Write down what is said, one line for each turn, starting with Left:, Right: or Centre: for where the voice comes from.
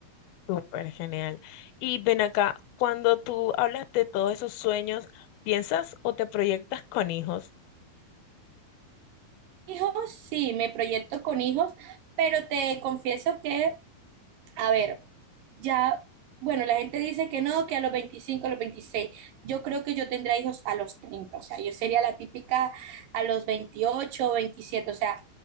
Left: súper genial. Y ven acá, cuando tú hablas de todos esos sueños, ¿piensas o te proyectas con hijos?
Right: Hijos, sí, me proyecto con hijos, pero te confieso que, a ver, ya, bueno, la gente dice que no, que a los 25, a los 26. yo creo que yo tendría hijos a los 30, o sea, yo sería la típica a los 28, 27, o sea,